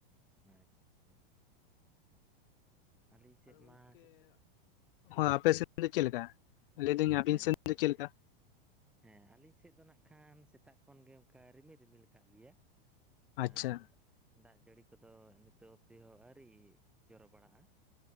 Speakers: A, in the centre; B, on the left.
A: ᱟᱪᱪᱷᱟ ᱪᱷᱟ ᱪᱷᱟ᱾ ᱟᱹᱞᱤᱧ ᱥᱮᱫ ᱢᱟ ᱥᱮ
B: ᱦᱮ ᱟᱯᱮ ᱥᱮᱱ ᱫᱚ ᱪᱮᱫ ᱞᱮᱠᱟ ᱞᱟᱹᱭ ᱫᱟᱹᱧ ᱟᱵᱤᱱ
A: ᱦᱮᱸ
B: ᱥᱮᱱ ᱫᱚ ᱪᱮᱫ ᱞᱮᱠᱟ?
A: ᱦᱮᱸ ᱟᱹᱞᱤᱧ ᱥᱮᱫ ᱫᱚ ᱱᱟᱜ ᱱᱟᱜ ᱠᱷᱟᱱ ᱥᱮᱛᱟᱜ ᱠᱷᱚᱱ ᱜᱮ ᱚᱱᱠᱟ ᱨᱤᱢᱤᱞ ᱨᱤᱢᱤᱞ ᱟᱠᱟᱫ ᱜᱮᱭᱟ᱾
B: ᱟᱪᱪᱷᱟ
A: ᱟᱨ ᱫᱟᱜ ᱡᱟᱹᱲᱤ ᱠᱚᱫᱚ ᱱᱤᱛᱚᱜ ᱚᱵᱫᱤ ᱦᱚᱸ ᱟᱹᱣᱨᱤ ᱡᱚᱨᱚ ᱵᱟᱲᱟᱜ-ᱟ᱾